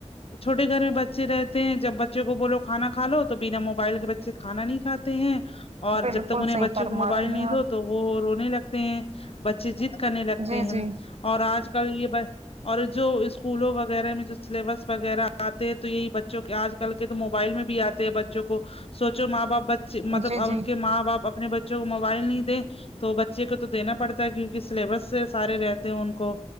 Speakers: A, on the left (about 55°); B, on the right (about 65°).
A: چھوے گھر میں بچے رہتے ہیں جب بچوں کو بولو کانا کھاو تو بنا موبائل کے بچے ب کھانا نہیں کھاتے ہیں اور
B: بالکل
A: جب تک انہیں
B: صحیح
A: بچوں
B: فرما
A: کو موبائل
B: رہی
A: نہیں
B: ہیں آپ
A: دو تو وہ رونے لگتے ہیں بچے جید کرنے لگتے
B: جی
A: ہیں
B: جی
A: اور آج کل یہ ب اور جو اسکولوں وغیرہ میں جو سلیبس وغیرہ آتے ہیں تو یہی بچوں کے آج کر کے تو موبائل میں بھی آتے ہیں بچوں کو سوچو ماں باپ بچے مطلب
B: جی
A: ان
B: جی
A: کے ماں باپ اپنے بچے موبائل نہیں دیں تو بچے کو تو دینا پڑتا ہے کیونکہ سلیبس سے سارے رہتے ہیں ان کو